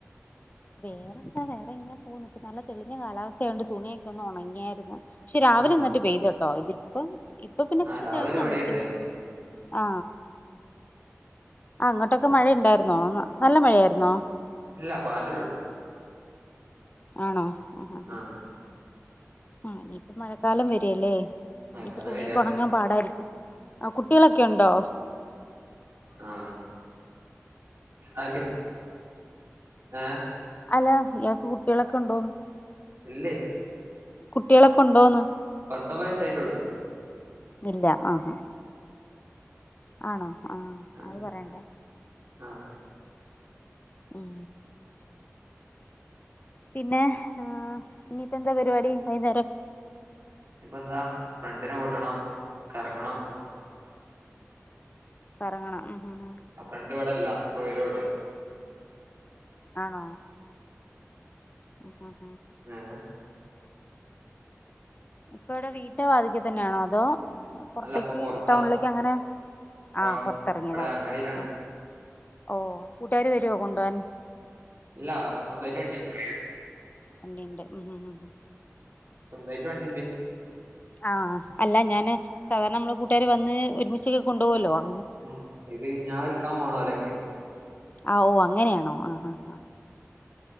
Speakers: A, on the left (about 35°); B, on the right (about 55°).
A: വേറെന്താ വേറെ ഇങ്ങനെ പോകുന്നു. ഇപ്പൊ നല്ല തെളിഞ്ഞ കാലാവസ്ഥയോണ്ട് തുണിയൊക്കെ ഒന്ന് ഒണങ്ങിയായിരുന്നു. ക്ഷെ രാവിലെന്നിട്ട്
B: ആഹ്
A: പെയ്ത്ട്ടോ ഇതിപ്പം ഇപ്പ പിന്നെ
B: ആഹ് രാവിലെ
A: തെളിഞ്ഞാ
B: ഇവടേം
A: നിക്കുന്നേ.
B: ഇണ്ടായിനി
A: ആ അങ്ങോട്ടക്കെ മഴണ്ടാരുന്നോ നല്ല മഴയാരുന്നോ?
B: ഇല്ല പാറ്റലൊള്ളു.
A: ആണോ ആ ആ ആ
B: ആഹ്
A: ആ നിയിപ്പ മഴക്കാലം വെരല്ലേ.
B: മഴക്കാലം
A: നിപ്പ തുണിയൊക്കെ
B: വരാ
A: ഒണങ്ങാൻ പാടായിരിക്കും ആ കുട്ടികളക്കെണ്ടോ?
B: ആ ആർക്ക് ഏ
A: അല്ല ഇയാക്ക് കുട്ടികളക്കെ ഉണ്ടോന്ന്?
B: ഇല്ലേ
A: കുട്ടികളക്കെ ഉണ്ടോന്ന്?
B: പത്തൊമ്പത് വയസായിട്ടേള്ളൂ.
A: ഇല്ല ആ ആ ആണോ ആ
B: ആഹ്
A: അത് പറയണ്ടേ.
B: ആഹ് ഓക്കെ
A: ഉം പിന്നെ ആ ഇനിയിപ്പന്താ പരിപാടി വൈന്നേരം?
B: ഇപ്പന്താ ഫ്രണ്ടിനെ കൂട്ടണം കറങ്ങണം.
A: കറങ്ങണം ഉം ഉം
B: ആ ഫ്രണ്ട് വടല്ല ഇപ്പ വരോള്ളു.
A: ആണോ? <unintelligible>
B: ഏഹ്
A: ഇപ്പവിട വീട്ട വാതിക്ക തന്നാണോ അതോ? പൊർത്തേക്ക്
B: അല്ല ഇപ്പൊ പൊറത്താ
A: ടൗണിലേക്ക് അങ്ങനെ ആ
B: ടൗൺ
A: പൊർത്തിറങ്ങിതാ
B: ഇവടെ അങ്ങാടിയിലാണ്
A: ആ ഓ കൂട്ടുകാര് വരുവോ കൊണ്ടോവാൻ
B: ഇല്ല സ്വന്തായിട്ട് വണ്ടിണ്ട്.
A: വണ്ടിണ്ട് <unintelligible>
B: സ്വന്തായിട്ട് വണ്ടിണ്ടേ.
A: ആഹ് അല്ല ഞാന് സാധാരണ മ്മള് കൂട്ടുകാര് വന്ന് ഒരുമിച്ചൊക്കെ കൊണ്ടോവല്ലോ അ
B: ഉം ഇത് ഞായെടുക്കാൻ പോണോലയക്കെ.
A: ആ ഓ അങ്ങനെയാണോ ആ ആ ആ